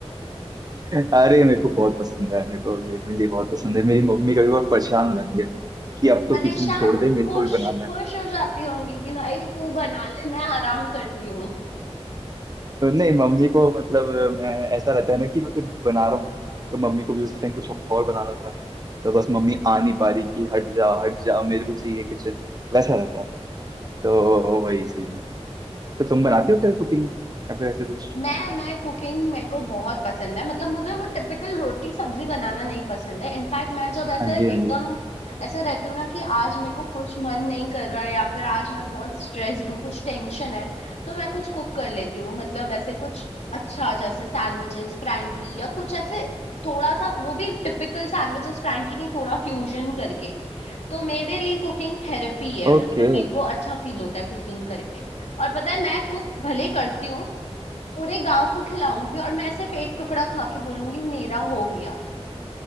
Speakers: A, on the right; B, on the left.
A: अरे मेरे को बहुत पसंद है मेरे को जेनुइनली बहुत पसंद है मेरी मम्मी कभी बहुत परेशान हो जाती है कि अब तो
B: परेशान
A: किचन छोड़ दे मेरे
B: खुश
A: को भी बनाना
B: खुश
A: है
B: हो जाती होंगी कि भाई तू बना ले मैं आराम करती हूँ
A: तो नहीं मम्मी को मतलब मैं ऐसा रहता है ना कि मैं कुछ बना रहा हूँ तो मम्मी को भी उस टाइम कुछ और बनाना था तो बस मम्मी आ नहीं पा रही कि हट जा हट जा मेरे को चाहिए किचन वैसा रहता है तो वही सीन है तो तुम बनाती हो फिर कुकिंग या फिर ऐसे कुछ
B: मैं मैं कुकिंग मेरे को बहुत पसंद है मतलब मुझे वो टिपिकल रोटी सब्जी बनाना नहीं पसंद है इनफैक्ट मैं जब ऐसे
A: हाँ जी हाँ
B: एकदम
A: जी
B: ऐसे रहती हूँ ना कि आज मेरे को कुछ मन नहीं कर रहा या फिर आज मैं बहुत स्ट्रेस्ड हूँ कुछ टेंशन है तो मैं कुछ कुक कर लेती हूँ मतलब ऐसे कुछ अच्छा जैसे सैंडविचेस फ्रैंकी या कुछ ऐसे थोड़ा सा वो भी टिपिकल सैंडविचेस फ्रैंकी नहीं थोड़ा फ्यूजन करके तो मेरे लिए कुकिंग थेरेपी है
A: ओके
B: मतलब मेरे को अच्छा फील होता है कुकिंग करके और पता है मैं कुक भले करती हूँ पूरे गांव को खिलाऊंगी और मैं सिर्फ एक टुकड़ा खा के बोलूंगी मेरा हो गया